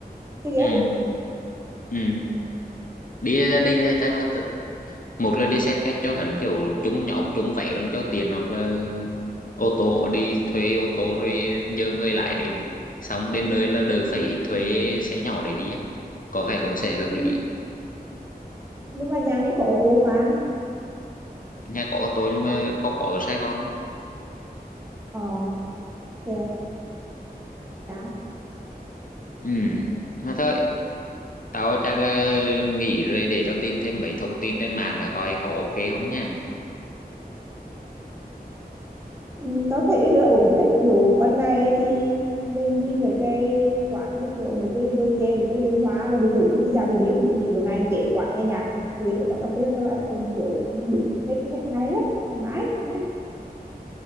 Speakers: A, on the right; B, on the left.
A: xe ghép
B: ừ
A: ấy
B: ừ đi gia đình chắc là một là đi xe khách cho hẳn kiểu chúng nhóm chúng vẽ luôn cho tiền hoặc là ô tô đi thuê ô tô rồi nhờ người lái đến xong đến nơi là đều
A: ừ.
B: phải thuê xe nhỏ để đi á có vẻ cũng sẽ hợp
A: Ừ.
B: lý
A: nhưng mà nhà mới có ô tô mà
B: nhà có ô tô nhưng mà có có ở Sài Gòn không?
A: ờ vậy à
B: ừ mà thôi tao chắc là nghỉ rồi để tao tìm thêm mấy thông tin trên mạng nữa coi có ok không nha
A: Ừ, tớ thấy là ổn đấy kiểu ban ngày thì mình đi mấy cái quán như kiểu mấy cái đồ chơi mấy cái văn hóa rồi buổi tối thì mình đi dạo thì đến buổi chiều đầu ngày để quán nghe nhạc về cái quán cà phê là các loại cùng kiểu đủ hết hết ngày đấy thoải mái nhá